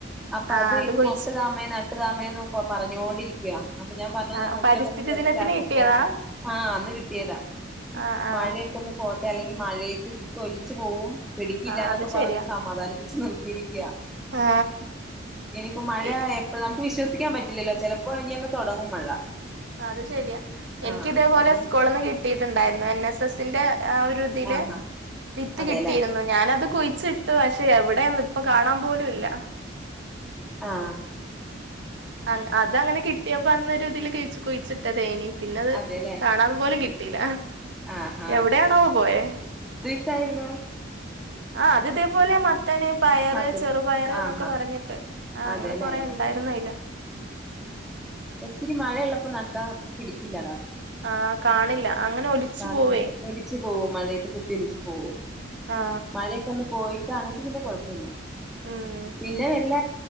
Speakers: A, in the centre; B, on the right.
A: അപ്പൊ
B: ആ
A: അത് ഇത്
B: കൊഴിച്ച്
A: നട്ടുതാമ്മെ നട്ടുതാമേന്ന് പറഞ്ഞോണ്ടിരിക്ക. ഞാൻ പറഞ്ഞു
B: ആ
A: മുറ്റൊക്കെ
B: പരിസ്ഥിതി
A: ഒന്ന് സെറ്റ്
B: ദിനത്തിന്
A: ആക്കട്ടെ
B: കിട്ടിയതാ
A: ആഹ് അന്ന് കിട്ടിയതാ.
B: ആ ആഹ്
A: മഴയൊക്കെ ഒന്ന് പോട്ടെ അല്ലെങ്കിൽ മഴയത്ത് വിത്ത് ഒലിച്ച് പോവും, പിടിക്കില്ല
B: ആ
A: എന്നൊക്കെ
B: അത് ശരിയാ
A: പറഞ്ഞ് സമാധാനിപ്പിച്ച് നിർത്തിയിരിക്കാ.
B: ആ
A: ഇനിയിപ്പോ മഴ
B: ഇ-
A: എപ്പഴ നമുക്ക് വിശ്വസ സിക്കാൻ പറ്റില്ലല്ലോ ചെലപ്പോ ഇനി അങ് തുടങ്ങും മഴ.
B: അത് ശരിയാ എനിക്ക്
A: ആഹ്
B: ഇതേപോലെ
A: അപ്പൊ
B: സ്കൂള്ന്ന് കിട്ടിയിട്ടുണ്ടായിരുന്നു എൻ എസ് എസ്സിന്റെ ആ ഒരു ഇതിൽ
A: ആഹാ
B: വിത്ത്
A: അതെല്ലേ
B: കിട്ടിയിരുന്നു ഞാനത് കുഴി ച്ചിട്ട് പക്ഷെ എവിടെയന്ന് ഇപ്പൊ കാണാൻ പോലുംല്ല.
A: ആ.
B: അ അത് അങ്ങനെ കിട്ടിയപ്പോ അന്നൊരുഇതിൽകിഴിച്ച്ക്കുഴിച്ചിട്ടതേനി. പിന്നത്
A: അതെല്ലേ
B: കാണാൻ പോലും കിട്ടീല.
A: ആഹാ
B: എവിടെയാണാവോ പോയെ.
A: <unintelligible>
B: ആ അത് ഇതേപോലെ മ ത്തൻ, പയറ്,
A: മത്തൻ
B: ചെറുപയർ, എന്നൊക്കെ
A: ആഹാ
B: പറഞ്ഞിട്ട് ആ
A: അതെല്ലേ
B: അങ്ങനെ കൊറെ ഉണ്ടായിരുന്നു അതിൽ. ത്ത
A: ഒത്തിരി മഴയുള്ളപ്പോ നട്ടാ പിടിക്കില്ലടാ.
B: ആ കാണില്ല അങ്ങനെ ഒലിച്ചു
A: കാണില്ല.
B: പോവേ
A: ഒലിച്ചു പോകും മഴയത്ത് കുത്തി ഒലിച്ച് പോകും.
B: ആ
A: മഴയൊക്ക ഒന്ന് പോയി ആണെങ്കിൽ പിന്നെ ക കൊഴപ്പല്ല.
B: ഉം
A: പിന്നെ വല്ല